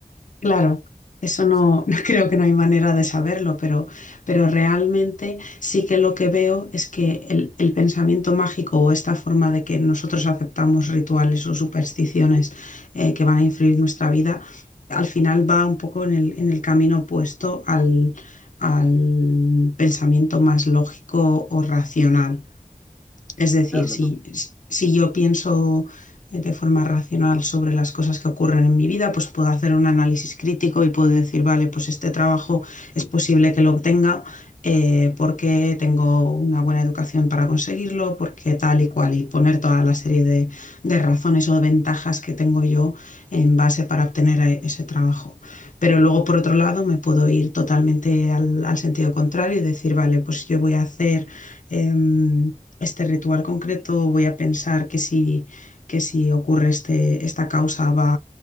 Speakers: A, on the left; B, in the centre.
A: Claro, eso
B: Entonces,
A: no,
B: es como,
A: <laughs> no creo que no hay manera de saberlo, pero, pero realmente sí que lo que veo es que el, el pensamiento mágico o esta forma de que nosotros aceptamos rituales o supersticiones eh, que van a influir nuestra vida, al final va un poco en el, en el camino opuesto al, al pensamiento más lógico o racional. Es decir,
B: claro,
A: si,
B: lo que,
A: si yo pienso eh, de forma racional sobre las cosas que ocurren en mi vida, pues puedo hacer un análisis crítico y puedo decir, vale, pues este trabajo es posible que lo obtenga eh, porque tengo una buena educación para conseguirlo, porque tal y cual, y poner toda la serie de, de razones o de ventajas que tengo yo en base para obtener eh, ese trabajo. Pero luego, por otro lado, me puedo ir totalmente al, al sentido contrario y decir, vale, pues yo voy a hacer... em, este ritual concreto, voy a pensar que si, que si ocurre este, esta causa, va,